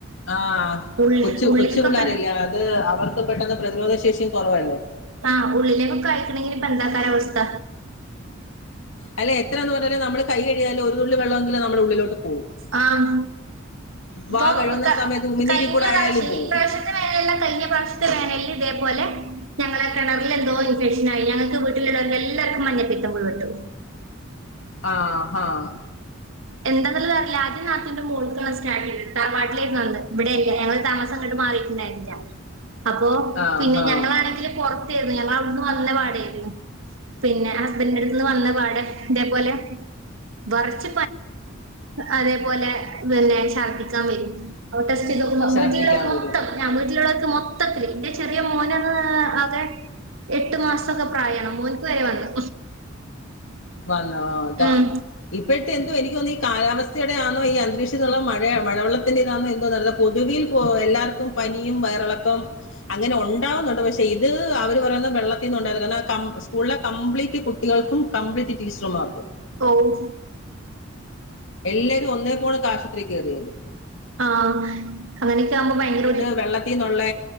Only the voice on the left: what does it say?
ആഹ്
കൊച്ചു
കൊച്ചു പിള്ളോരല്ല അത് അവർക്ക് പെട്ടെന്ന് പ്രതിരോധ ശേഷിയും കുറവല്ലേ
അല്ല എത്രയെന്ന് പറഞ്ഞാല നമ്മൾ കൈ കഴുകിയാലുംഒരു തുള്ളി വെള്ളമെങ്ക നമ്മുടെ ഉള്ളിലോട്ട് പോവും
വാ കഴുകുന്ന
സമയത്ത് ഉമിനീരിൽ
കൂടെ ആയാലും
പോവും
ആഹ് ആഹ്
ആ
ഹാ
ഛർദിക്കാൻ
വരും
വന്നട്ടാ
ഇപ്പൊ എന്തോ എനിക്ക് തോന്നുന്നു ഈ കാലാവസ്ഥയുടെയാണോ ഈ അന്തരീക്ഷത്തിള്ള മഴ മഴവള്ളത്തിന്റതാണോ എന്തോ പറല്ലത് പൊതുവിൽപ്പോ എല്ലാവർക്കും പനിയും വയറിളക്കം അങ്ങനെ ഉണ്ടാാവുന്നുണ്ട് പക്ഷെ ഇത് അവർ പറയുന്ന വെള്ളത്തിൽ നിന്നും ഉണ്ടായിരുന്നു കാരണം സ്കൂളിലെ കംപ്ലീറ്റ് കുട്ടികൾക്കും കംപ്ലീറ്റ് ടീച്ചർ മാർക്കും
എല്ലാരും ഒന്നേ പോണൊക്കെ ആശുത്രിക്ക് കയറിയത്
വെള്ളത്തിന്നുള്ള